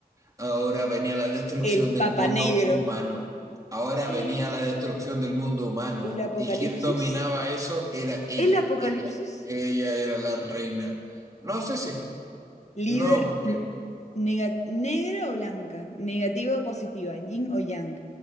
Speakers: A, on the right; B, on the left.
A: Ahora venía la destrucción
B: El
A: del
B: papa
A: mundo
B: negro.
A: humano. Ahora
B: <gasps>
A: venía la destrucción del mundo humano
B: El apocalipsis
A: y quien dominaba eso era ella.
B: El apocalipsis.
A: Ella, ella era la reina. No sé si, no,
B: Líder
A: porque
B: n- nega- negra o blanca, negativa o positiva, yin o yang.